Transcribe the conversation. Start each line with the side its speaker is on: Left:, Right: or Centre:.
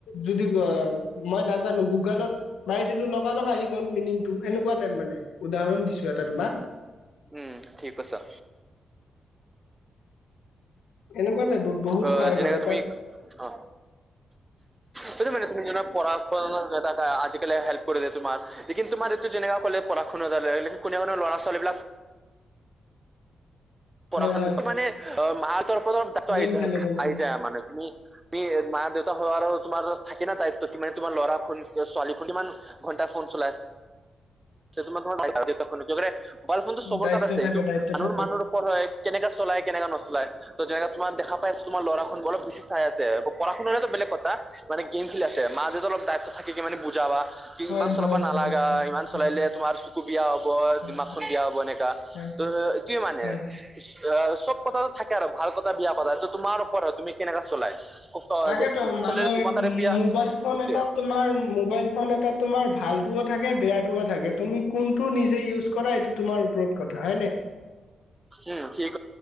Left: যদি অ মই নাজানো গুগলত মাৰি দিলো লগা-লগ আহি গ'ল মিনিংটো এনেকুৱা টাইপ মানে উদাহৰণ দিছো এটা। তোমাৰ
Right: উম ঠিক কৈছা।
Left: এনেকুৱা টাইপ বহুত
Right: অ
Left: সহায়
Right: যেনেকা
Left: কৰে এটা
Right: তুমি অ উম। সেইটো মানে তুমি জনা পঢ়া কনক এটা এটা আজিকালি হেল্প কৰিলে তোমাৰ, লেকিন তোমাৰ এইটো যেনেকা কলে পঢ়া শুনালে লেকিন কোনে কোনে লৰা ল'ৰা- ছোৱালীবিলাক পঢ়াখন
Left: হয় হয়
Right: বেছি মানে অ মাহতৰ ফলত ডাক্তৰ
Left: গেম
Right: আহি যায়
Left: খেলে গেম
Right: আহি
Left: খেলে
Right: যায় মানে তুমি তুমি মা-দেউ তহ আৰু তোমাৰ থাকে না দায়িত্ব কি মানে তোমাৰ ল'ৰাখন- ছোৱালীখন ইমান ঘণ্টা ফোন চলাই আছে <unintelligible> তোমাক মোবাইল ফোন টো চবৰ
Left: দায়িত্ব
Right: তাত আছে
Left: থাকে
Right: এইটো
Left: দায়িত্ব
Right: মানুহ
Left: থাকে
Right: মানুহৰ কৰ হয় কেনেকা চলায় কেনেকা নচলায়। ত যেনেকা তোমাক দেখা পাইছোঁ তোমাৰ ল'ৰাখন অলপ বেছি চাই আছে পঢ়ি-শুনাৰো বেলেগ কথা মানে গেম খেলি আছে। মা -দেউতা অলপ দায়িত্ব থাকে কি মানে বুজাবা কি
Left: হয়
Right: ইমান চলাবা
Left: হয়
Right: নালাগা
Left: হয় হয়
Right: ইমান-
Left: হয়
Right: চলালে তোমাৰ চকু বিয়া হ'ব
Left: হয়
Right: দিমাক খন বিয়া হ'ব এনেকা
Left: হয়
Right: ত এইটোয়ে মানে।
Left: হয়
Right: অ
Left: হয়
Right: চব কথাটে থাকে আৰু ভাল কথা বিয়া কথা সেটো তোমাৰ ওপৰত তুমি কেনেকা চলাই।
Left: তাকেতো
Right: বেছি
Left: মানে
Right: চলিলে তোমাকাৰে বিয়া
Left: মোবাইল ফোন
Right: সেইটোৱে
Left: এটা তোমাৰ মোবাইল ফোন এটা তোমাৰ ভাল। টুও থাকে বেয়াটোও থাকে তুমি কোনটো নিজে ইউজ কৰা এইটো তোমাৰ ওপৰত কথা হয় নাই।
Right: উম ঠিক